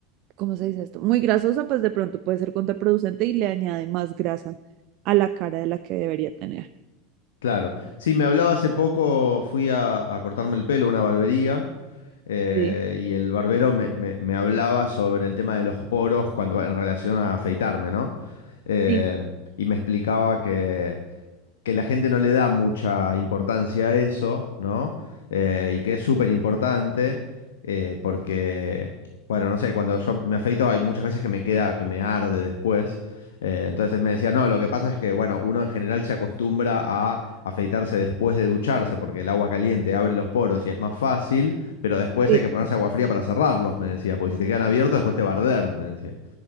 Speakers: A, on the right; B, on the left.
A: ¿cómo se dice esto? Muy grasosa, pues de pronto puede ser contraproducente y le añade más grasa a la cara de la que debería tener.
B: claro. Sí, me hablaba hace poco, fui a, a cortarme el pelo a una barbería eh,
A: Sí,
B: y el barbero me, me- me hablaba sobre el tema de los poros cuando en relación a afeitarme, ¿no? Eh,
A: sí,
B: y me explicaba que que la gente no le da mucha importancia a eso, ¿no? Eh, y que es súper importante, eh, porque, bueno, no sé, cuando yo me afeito hay muchas veces que me queda, que me arde después. Eh, entonces él me decía, no, lo que pasa es que, bueno, uno en general se acostumbra a afeitarse después de ducharse, porque el agua caliente abre los poros y es más fácil, pero después
A: sí.
B: hay que ponerse agua fría para cerrarlos, me decía, porque si te quedan abiertos después te va a arder, me decía.